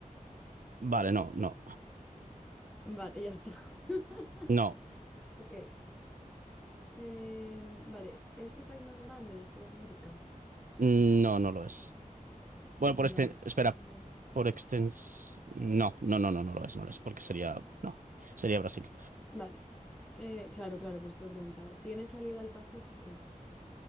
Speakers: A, on the right; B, in the centre.
A: Vale, no, no,
B: <laughs> Vale, ya está. <laughs>
A: no,
B: Ok. Em, vale, ¿es el país más grande de Sudamérica?
A: mm, no, no lo es. Bueno,
B: Mm,
A: por este,
B: Vale.
A: espera,
B: Mm,
A: por extens... No, no, no, no, no lo es, no lo es, porque sería, no, sería Brasil.
B: Vale. Eh, claro, claro, por eso lo preguntaba. ¿Tiene salida al Pacífico?